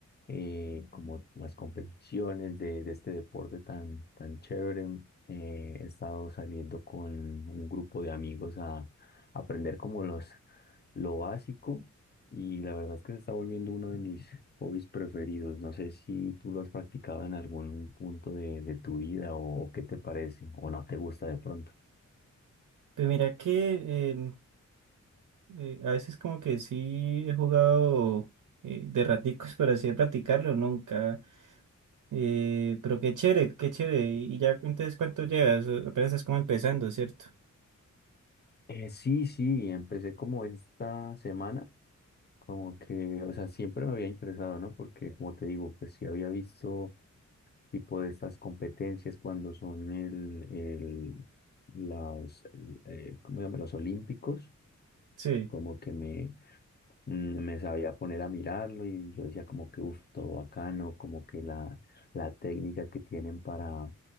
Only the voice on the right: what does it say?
Pues mira que em, eh, a veces como que sí he jugado eh, de raticos, <laughs> pero así de practicarlo nunca. Eh, pero qué chévere, qué chévere. Y y ya entonces cuánto llevas, O- apenas estás como empezando, ¿cierto?
Sí,